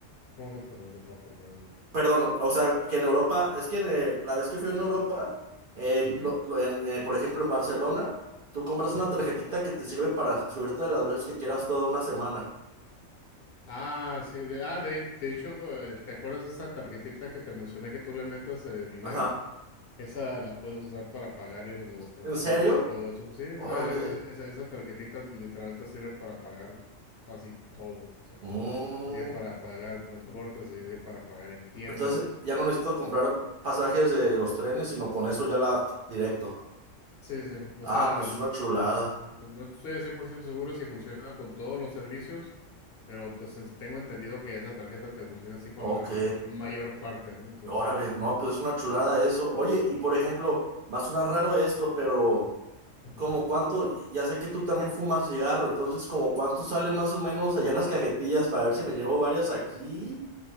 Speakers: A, on the left; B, on the right.
A: como que por Europa, por... por-
B: Perdón, o sea, que en Europa, es que en, eh, la vez que fui en Europa, eh,
A: ujú,
B: lo- lo- en- eh, por ejemplo en Barcelona, tú compras una
A: ujú.
B: tarjetita que te sirve para subirte las veces que quieras toda una semana.
A: Ah, sí, de, ah, de, de hecho, eh, ¿te acuerdas de esa tarjetita que te mencioné que tú le metas eh, dinero?
B: Ajá.
A: Esa la puedes usar para pagar en los transportes
B: ¿En serio?
A: y todo eso, sí, o
B: Órale.
A: sea, esa, esa, esa tarjetita literal te sirve para pagar así todo, o sea, te
B: Mm.
A: sirve para pagar transportes, te sirve para pagar en tiendas,
B: Entonces ya no necesito comprar pasajes de los trenes, sino con eso ya la directo.
A: sí, sí, o
B: Ah,
A: sea,
B: pues
A: n-
B: es una chulada.
A: no estoy al 100% seguro si funciona con todos los servicios, pero pues es- tengo entendido que esa tarjeta te funciona así con
B: Ok.
A: la, con la mayor parte, ¿no? Entonces,
B: Órale, no, pues es una chulada eso.
A: sí.
B: Oye, y por ejemplo, va a sonar raro esto, pero
A: Ujú,
B: como cuánto, ya sé que tú también fumas cigarro, entonces como cuánto sale más o menos allá las cajetillas para ver si me llevo varias aquí,